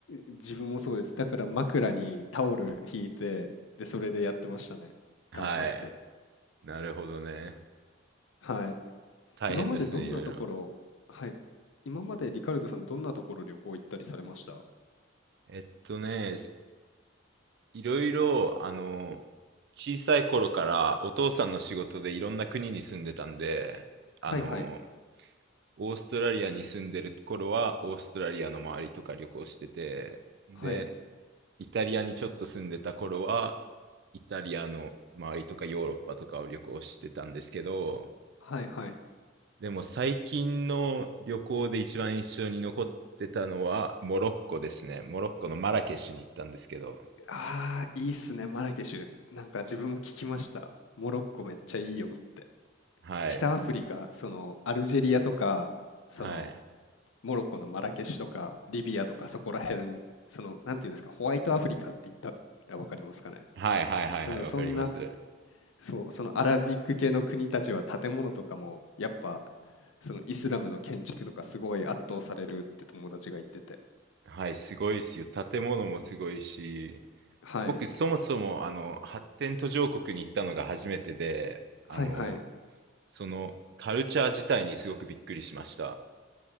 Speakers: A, on the left; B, on the right.
A: 自分もそうです。だから枕にタオル引いて、で、それでやってましたね。
B: はい。
A: 頑張って。
B: なるほどね。
A: はい。
B: 大変ですね、
A: 今までどんなところはい。
B: いろいろ。
A: 今までリカルドさん、どんなところ旅行行ったりされました
B: えっとね、いろいろ、あの、小さい頃からお父さんの仕事でいろんな国に住んでたんで、あの、
A: はいはい。
B: オーストラリアに住んでる頃はオーストラリアの周りとか旅行してて、で、
A: はい。
B: イタリアにちょっと住んでた頃はイタリアの周りとかヨーロッパとかを旅行してたんですけど、
A: はいはい。
B: でも最近の旅行で一番印象に残ってたのはモロッコですね。
A: す
B: モロッコのマラケシュに行ったんですけど、
A: ああ、いいっすね、マラケシュ。なんか自分も聞きました。モロッコめっちゃいいよって。
B: はい、
A: 北アフリカ、そのアルジェリアとか、その
B: はい。
A: モロッコのマラケシュとか、リビアとかそこら辺、その、なんていうんですか、ホワイトアフリカって言ったらわかりますかね。
B: はいはいはいはい、
A: その、そんな、
B: わかります。
A: そう、そのアラビック系の国たちは建物とかもやっぱそのイスラムの建築とかすごい圧倒されるって友達が言ってて。
B: はい、すごいですよ。建物もすごいし、
A: はい。
B: 僕そもそもあの発展途上国に行ったのが初めてで、あの、
A: はいはい。
B: そのカルチャー自体にすごくびっくりしました。